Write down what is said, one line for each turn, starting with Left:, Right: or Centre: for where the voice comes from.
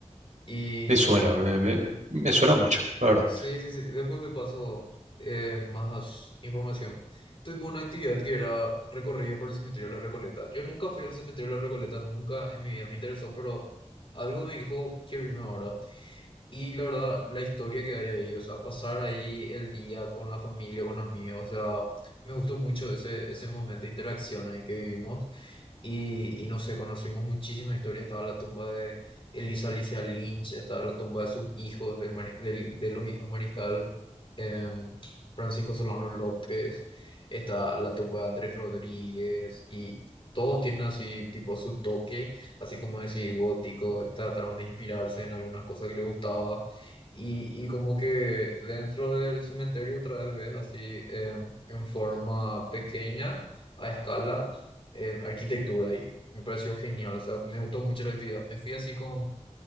Left: y
Right: Me suena, me, me- me- me suena mucho, la verdad.
Left: Sí, sí, sí. Después te paso eh, más información. Tuvimos una actividad que era recorrida por el cementerio de la Recoleta. Yo nunca fui al cementerio de la Recoleta, nunca en mi vida me interesó, pero algo me dijo, quiero irme ahora. Y la verdad, la historia que hay ahí, o sea, pasar ahí el día con la familia, con amigos, o sea, me gustó mucho ese, ese momento de interacción ahí que vivimos. Y, y no sé, conocimos muchísimas historias Estaba la tumba de Elisa Alicia Lynch, estaba la tumba de sus hijos, del, mari- del- de los hijos Mariscal eh, Francisco Solano López, está la tumba de Andrés Rodríguez, y todos tienen así, tipo, su toque, así como decir, gótico. Trataron de inspirarse en algunas cosas que les gustaba. Y, y como que dentro del cementerio otra vez ves así, eh, en forma pequeña, a escala en arquitectura y me pareció genial, o sea, me gustó mucho la actividad. Me fui así con,